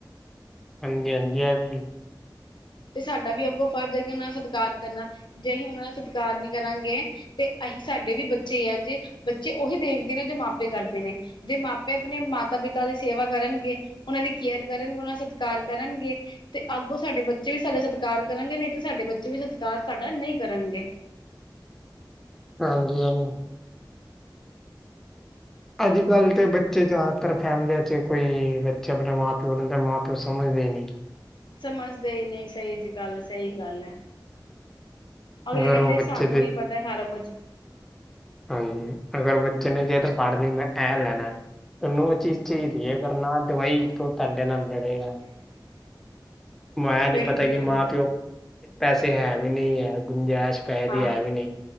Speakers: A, in the centre; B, on the left.
A: ਹਾਂਜੀ-ਹਾਂਜੀ ਆ ਵੀ।
B: ਤੇ ਸਾਡਾ ਵੀ ਅੱਗੋਂ ਫਰਜ਼ ਹੈ ਕਿ ਉਹਨਾਂ ਦਾ ਸਤਿਕਾਰ ਕਰਨਾ। ਜੇ ਅਸੀਂ ਉਹਨਾਂ ਦਾ ਸਤਿਕਾਰ ਨਹੀਂ ਕਰਾਂਗੇ ਤੇ ਅਸੀਂ ਸਾਡੇ ਵੀ ਬੱਚੇ ਆ ਜੇ ਬੱਚੇ ਉਹੀ ਦੇਖਦੇ ਨੇ, ਜੋ ਮਾਪੇ ਕਰਦੇ ਨੇ। ਜੇ ਮਾਪੇ ਆਪਣੇ ਮਾਤਾ ਪਿਤਾ ਦੀ ਸੇਵਾ ਕਰਨਗੇ ਉਹਨਾਂ ਦੀ ਕੇਅਰ ਕਰਨਗੇ, ਉਹਨਾਂ ਦਾ ਸਤਿਕਾਰ ਕਰਨਗੇ ਤੇ ਅੱਗੋਂ ਸਾਡੇ ਬੱਚੇ ਬੱਚੇ ਵੀ ਸਾਡਾ ਸਤਿਕਾਰ ਕਰਨਗੇ। ਨਹੀਂ ਤੇ, ਸਾਡੇ ਬੱਚੇ ਵੀ ਸਤਿਕਾਰ ਸਾਡਾ ਨਹੀਂ ਕਰਨਗੇ।
A: ਹਾਂਜੀ-ਹਾਂਜੀ। ਅੱਜ-ਕੱਲ ਤਾਂ ਬੱਚੇ ਜ਼ਿਆਦਾਤਰ ਫੈਮਲੀਆਂ ਚ ਕੋਈ ਬੱਚੇ, ਆਪਣੇ ਮਾਂ ਪਿਓ ਨੂੰ ਤਾਂ ਮਾਂ-ਪਿਓ ਸਮਝਦੇ ਨਹੀਂ।
B: ਸਮਝਦੇ ਹੀ ਨਹੀਂ, ਸਹੀ ਜਿਹੀ ਗੱਲ, ਸਹੀ ਗੱਲਏ। ਅਗਲੇ
A: ਅਗਰ
B: ਕਹਿੰਦੇ,
A: ਉਹ ਬੱਚੇ
B: ਸਾਨੂੰ
A: ਦੇ
B: ਹੀ ਪਤਾ ਸਾਰਾ ਕੁਛ।
A: ਹਾਂਜੀ ਅਗਰ ਬੱਚੇ ਨੇ ਜੇ ਤਾਂ ਪੜ੍ਹ ਲਈ ਮੈਂ, ਐਂ ਲੈਣਾ, ਤੈਨੂੰ ਉਹ ਚੀਜ਼ ਚਾਹੀਦੀ ਏ, ਅਗਰ ਨਾ ਦਵਾਈ ਤੋਂ ਤੁਹਾਡੇ ਨਾਲ ਲੜੇਆ।
B: <inaudible>
A: ਓਹਨੂੰ ਏਹ
B: ਬਿਲਕੁਲ
A: ਪਤਾ ਹੀਨੀ
B: ਬਿਲਕੁਲ
A: ਮਾਂ ਪਿਓ, ਪੈਸੇ ਹੈ ਵੀ ਨਹੀਂ ਹੈ ਗੁੰਜਾਇ ਪੈਸੇ
B: ਹਾਂ
A: ਹੈ ਵੀ ਨਹੀਂ,